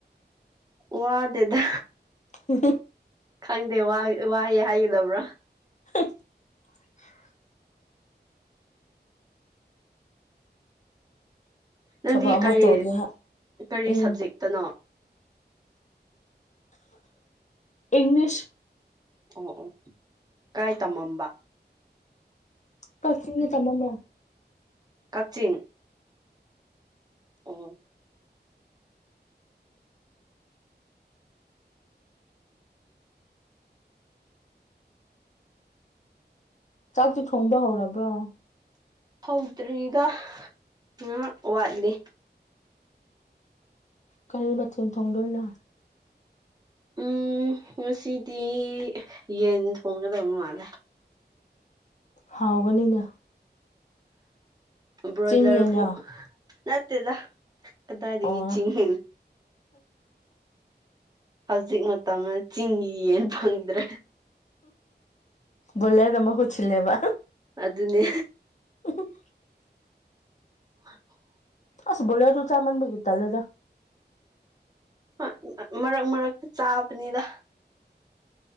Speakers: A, on the right; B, on the left.
A: ꯋꯥꯗꯦꯗ
B: ꯎ
A: ꯈꯪꯗꯦ ꯋꯥꯏꯑꯦ ꯍꯥꯏꯒꯗꯕ꯭ꯔꯥ
B: <unintelligible>
A: ꯅꯪꯗꯤ
B: ꯊꯕꯛ ꯑꯃ
A: ꯀꯔꯤ
B: ꯇꯧꯒꯦ ꯍꯥꯏ?
A: ꯀꯔꯤ
B: ꯎꯝ
A: ꯁꯕꯖꯦꯛꯇꯅꯣ
B: ꯏꯪꯂꯤꯁ
A: ꯑꯣ ꯑꯣ ꯀꯥꯏ ꯇꯝꯃꯝꯕ
B: ꯀꯛꯆꯤꯡ ꯇꯃꯝꯃꯦ
A: ꯀꯛꯆꯤꯡ ꯎꯝ
B: ꯆꯥꯛꯁꯨ ꯊꯣꯡꯕ ꯍꯧꯔꯕ꯭ꯔꯣ
A: ꯍꯧꯗ꯭ꯔꯤꯗ ꯉꯥꯏꯍꯥꯛ ꯋꯥꯠꯂꯤ
B: ꯀꯔꯤ ꯃꯊꯦꯜ ꯊꯣꯡꯗꯣꯏꯅꯣ
A: ꯎꯝ ꯉꯁꯤꯗꯤ ꯌꯦꯟ ꯊꯣꯡꯒꯗꯕ ꯃꯥꯜꯂꯦ
B: ꯍꯥꯎꯕꯅꯤꯅ
A: ꯕ꯭ꯔꯣꯏꯂꯔꯕꯨ
B: ꯆꯤꯡ ꯌꯦꯟꯂꯣ
A: ꯅꯠꯇꯦꯗ ꯀꯗꯥꯏꯗꯒꯤ
B: ꯑꯣ
A: ꯆꯤꯡꯌꯦꯟ ꯍꯧꯖꯤꯛ ꯃꯇꯝꯗ ꯆꯤꯡꯒꯤ ꯌꯦꯟ ꯐꯪꯗ꯭ꯔꯦ
B: ꯕꯣꯏꯂꯔꯅ ꯃꯍꯨꯠ ꯁꯤꯜꯂꯦꯕ
A: ꯑꯗꯨꯅꯦ
B: <unintelligible>
A: ꯑ
B: ꯑꯁ ꯕꯣꯏꯂꯔꯗꯨ ꯆꯥꯃꯟꯕꯒꯤ ꯇꯜꯂꯦꯗ
A: ꯍꯣꯏ ꯃꯔꯛ ꯃꯔꯛꯇ ꯆꯥꯕꯅꯤꯗ